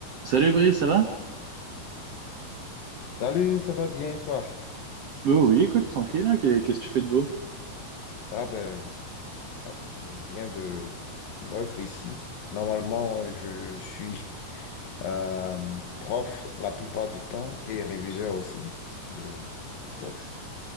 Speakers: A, on the right; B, on the left.
A: Salut Brice, ça va?
B: Salut, ça va bien et toi?
A: Bah oui, écoute, tranquille, hein, qu'est- qu'est-ce que tu fais de beau?
B: Ah ben, ah, rien de neuf ici. Normalement, je suis euh, prof la plupart du temps et réviseur aussi de, de textes.